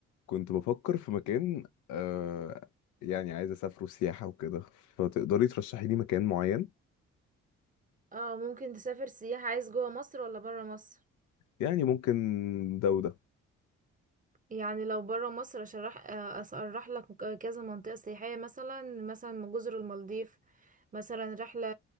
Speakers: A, on the left; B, on the right.
A: كنت بفكر في مكان آه يعني عايز اسافره سياحة وكده فتقدري ترشحي لي مكان معين
B: اه ممكن تسافر سياحة عايز جوه مصر ولا برا مصر
A: يعني ممكن ده وده
B: يعني لو برا مصر اشرح آه، اشرح لك كذا منطقة سياحية مثلا مثلا جزر المالديف مثلا رحلة